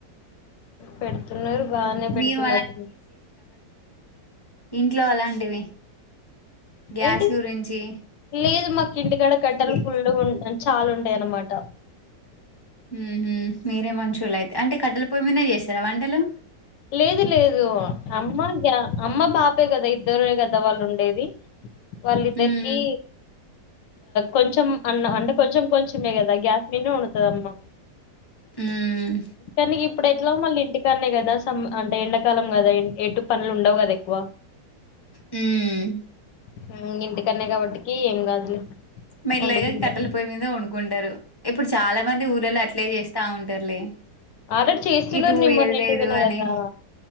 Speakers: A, on the left; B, on the left.
A: పెడుతున్నరు బానే పెడుతున్నట్
B: మీరు ఇంట్లొ అలాంటివి గ్యాస్
A: ఏంటి
B: గురించి
A: లేదు మాక్ ఇంటి కాడ కట్టలు
B: యె
A: ఫుల్లుగు ఉంటాయి చాల్ ఉంటయ్ అన్మాట
B: ఉ హు మీరే మంచొళ్ళు అయ్తే అంటే కట్టెల పొయ్ మీద చేస్తర వంటలు
A: లేదు లేదు అమ్మ అమ్మ పాపే కదా ఇద్దరె కదా వాళ్ళు ఉండేది. ది వాళ్ళిద్దరికి
B: హ్మ్.
A: కొంచెం అన్నం అంటే కొంచెం కొంచెం ఎ కదా గ్యాస్ మీదనే వండుతదమ్మ
B: హ్మ్.
A: కానీ ఇప్పుడు ఎట్లాగో ఇంటికానే కదా అంటే ఎండాకాలం కదా ఎటు పనులు ఉండవు కదా ఎక్కువ
B: హ్మ్
A: హ్మ్ ఇంటికాడనే కాబట్టికి ఏం కాదులే
B: మెల్లగా
A: వండుకుంటే
B: కట్టలు పోయ మీదనే వండుకుంటారు ఇప్పుడు చాలా మంది ఊర్ళలో అట్లే చేస్తా ఉంటారులే
A: ఆల్రెడీ చేస్తున్నారు
B: ఇటు పోయేది
A: నేను మొన్న ఇంటి
B: లేదు
A: వోయినా
B: అని.
A: కదా